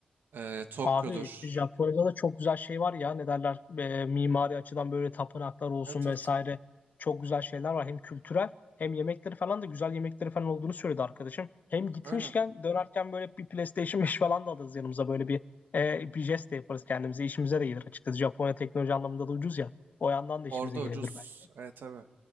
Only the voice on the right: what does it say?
eee, Tokyo'dur.
Evet evet
öyle.
Orada
ucuz.
Evet tabii.